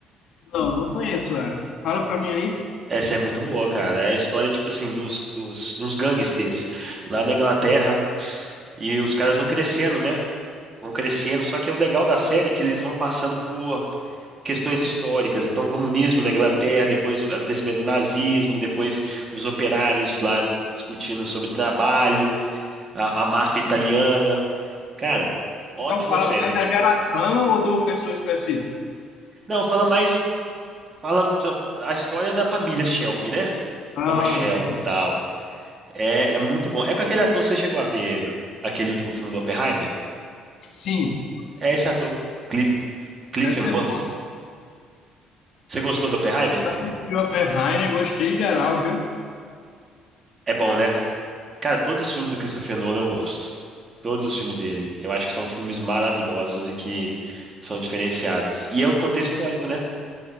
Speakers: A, on the left (about 55°); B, on the right (about 35°).
A: Não, não conheço essa. Fala pra mim aí.
B: Essa é muito boa, cara. É a história, tipo assim, dos, dos, uns gangsters lá na Inglaterra. E os caras vão crescendo, né? Vão crescendo. Só que o legal da série é que eles vão passando por questões históricas. Então, o comunismo na Inglaterra, depois o crescimento do nazismo, depois os operários lá discutindo sobre trabalho, a, a máfia italiana. Cara, ótima
A: Então fala
B: série.
A: mais da geração ou de uma pessoa específica?
B: Não, fala mais. Fala da- a história da família Shelby, né?
A: Ah,
B: Thomas Shelby
A: entendi.
B: e tal. É, é muito bom. É com aquele ator, você chegou a ver aquele último filme do Oppenheimer?
A: sim,
B: É esse ator, Cli
A: deve
B: Cillian
A: ser
B: Murphy. Você gostou do Oppenheimer?
A: Assisti Oppenheimer, gostei geral, viu?
B: É bom, né? Cara, todos os filmes do Christopher Nolan eu gosto. Todos os filmes dele. Eu acho que são filmes maravilhosos e que são diferenciados. E é um contexto histórico, né?